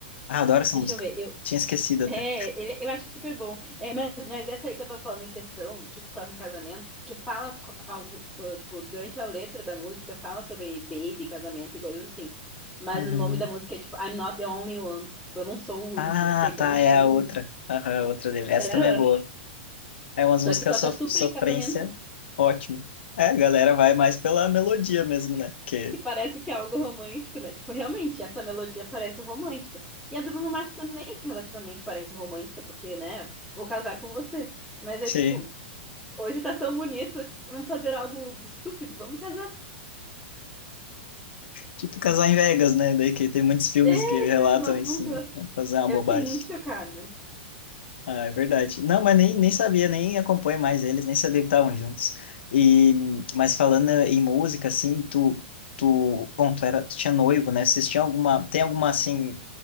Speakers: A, on the left; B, in the centre.
A: Ah, adoro essa
B: Deixa
A: música.
B: eu ver. eu
A: Tinha esquecido até.
B: É, ele- eu acho super bom. É, mas, mas essa aí que eu tô falando em questão, que toca em casamento, porque fala co- algo, uh, tipo, durante a letra da música fala sobre baby, casamento e coisas assim. Mas
A: Uhum.
B: o nome da música é tipo I'm Not the Only One. Tipo, eu não sou o único.
A: Ah,
B: Eu sei que
A: tá,
B: eu não sou
A: é a outra.
B: o único.
A: Aham, a outra dele. Essa
B: Aham.
A: também é boa. É umas músicas
B: Só que toca
A: sof-
B: super
A: sofrência,
B: em casamento,
A: ótimo. É, a galera vai mais pela melodia mesmo, né? Que,
B: que parece que é algo romântico, né? Tipo, realmente, essa melodia parece romântica. E a do Bruno Mars também relativamente parece romântica, porque, né, vou casar com você. Mas
A: sim
B: é tipo. Hoje tá tão bonito, vamos fazer algo estúpido, vamos casar.
A: tipo Casar em Vegas, né? Daí que tem muitos filmes
B: É,
A: que relatam
B: tipo, não
A: isso,
B: funciona.
A: né? Fazer uma
B: Eu
A: bobagem.
B: fiquei muito chocada.
A: Ah, é verdade. Não, mas nem, nem sabia, nem acompanho mais eles, nem sabia que estavam juntos. E, mas falando em música, assim, tu, tu, bom, tu era, tu tinha noivo, né? Vocês tinham alguma, tem alguma, assim,